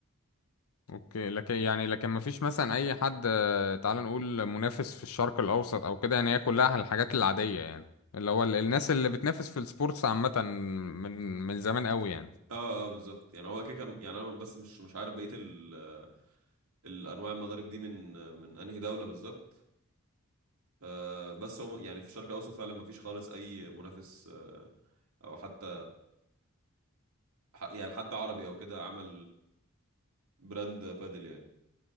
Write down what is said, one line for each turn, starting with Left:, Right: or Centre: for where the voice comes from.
Left: اوكي لكن يعني لكن ما فيش مثلا اي حد آه، تعال نقول منافس في الشرق الاوسط او كده يعني هي كلها الحاجات العادية يعني اللي هو ال- الناس اللي بتنافس في السبورتس عامة من من زمان قوي يعني
Right: اه اه بالظبط يعني هو كده كان- يعني انا بس مش مش عارف بقيه ال- الانواع المضارب دي من من انهي دوله بالظبط آه بس هو يعني في الشرق الاوسط فعلا ما فيش خالص اي منافس آه او حتى ح- يعني حد عربي او كده عمل براند بادل يعني